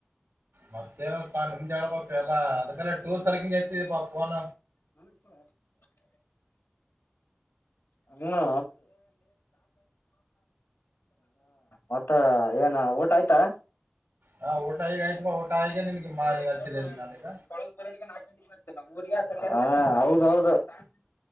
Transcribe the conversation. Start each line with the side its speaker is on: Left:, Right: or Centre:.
Right: ಮತ್ತೆಪ್ಪಾ ನಿಮ್ದ್ ಹೇಳ್ಬೇಕಾಪ ಎಲ್ಲಾ ಅದಕ್ಕಲ್ಲ ಟೂರ್ ಸಲಕಿಂಗ ಎತಿದ ಬಾ ೋನ
Left: <inaudible> ಹ್ಮೌ ಮತ್ತ ಏ ಹಾ ಊಟ ಆಯ್ತಾ
Right: ಹಾ ಊಟ ಈಗ ಆಯ್ತಪಾ ಊಟ ಈಗ ನಿನ್ಗೆ
Left: ರಾರಟ
Right: ಮಾ ಈಗ ಹಚ್ಚಿದೆ ಈಗ ನಾನೀಗ
Left: ಹಾಕ ಹಾ ಹೌದೌದು